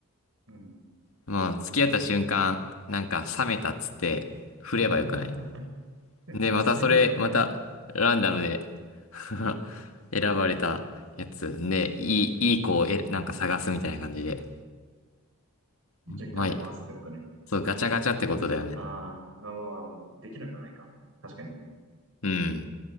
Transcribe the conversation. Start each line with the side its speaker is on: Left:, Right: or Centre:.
Right: うん。
Left: もう付き合った瞬間、なんか冷めたっつって、振ればよくない
Right: <laughs>
Left: で、またそれ、
Right: それいいな。
Left: また、ランダムで <laughs> 選ばれたやつ。で、いい、いい子をえ、なんか探すみたいな感じで。
Right: じゃあガチャ回すってことね。
Left: まあ、そう、ガチャガチャってことだよね。
Right: ああ、まあまあまあまあ、できなくはないか。確かに。
Left: うん。